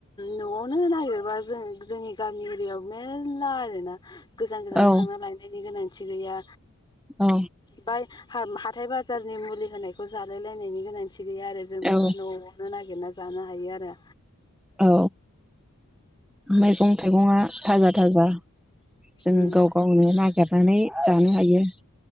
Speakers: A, on the left (about 20°); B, in the centre.
A: न'आवनो नागिरबा जों जोंनि गामि एरिया आवनो मेरल्ला आरोना गोजान गोजानाव
B: औ
A: थांना लायनायनि गोनांथि गैया।
B: औ
A: बाय हाम हा हाथाय बाजारनि मुलि होनायखौ जालाय लायनायनि गोनांथि गैया आरो जों बेफोर
B: औ
A: न'आवनो नागिरना जानो हायो आरो
B: औ मैगं थाइगंआ थाजा थाजा जोङो
A: उम
B: गाव गावनो नागिरनानै जानो हायो। <inaudible>